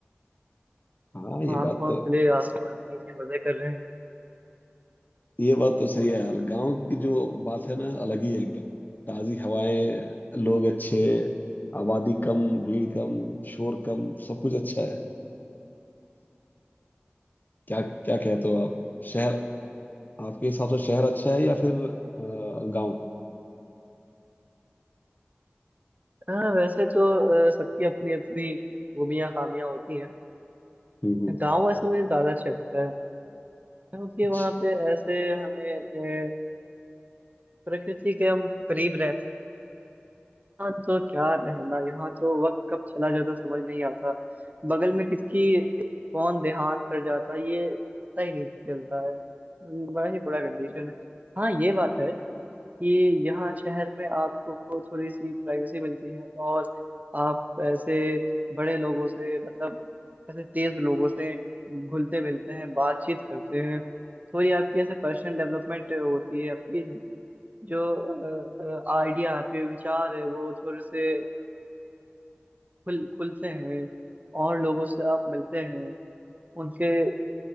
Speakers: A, on the left; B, on the right.
A: हाँ ये
B: आँख
A: बात
B: वहाँ
A: तो
B: खुले आसमान के नीचे मजे कर रहे हैं
A: ये बात तो सही है यार गांव की जो बात है ना अलग ही है एकदम ताजी हवाएं लोग अच्छे आबादी कम भीड़ कम शोर कम सब कुछ अच्छा है क्या क्या कहते हो आप शहर आपके हिसाब से शहर अच्छा है या फिर आ, गांव
B: हाँ वैसे तो अ, सबकी अपनी अपनी खूबियाँ खामियाँ होती हैं
A: हम्म हम्म
B: गाँव ऐसे मुझे ज्यादा अच्छा लगता है क्योंकि
A: अच्छा
B: वहाँ पे ऐसे हमें अ, प्रकृति के हम करीब रहते हैं यहाँ तो क्या रहना यहाँ तो वक्त कब चला जाता समझ नहीं आता बगल में किसकी कौन देहांत कर जाता ये पता ही नहीं चलता है बड़ा ही बुरा कंडीशन है हाँ ये बात है कि यहाँ शहर में आपको थोड़ी सी प्राइवेसी मिलती है और आप ऐसे बड़े लोगों से मतलब ऐसे तेज लोगों से घुलते मिलते हैं बातचीत करते हैं थोड़ी आपकी ऐसे पर्सनल डेवलपमेंट होती है आपकी जो आइडिया है विचार है वो थोड़े से अ, खुल खुलते हैं और लोगों से आप मिलते हैं उनके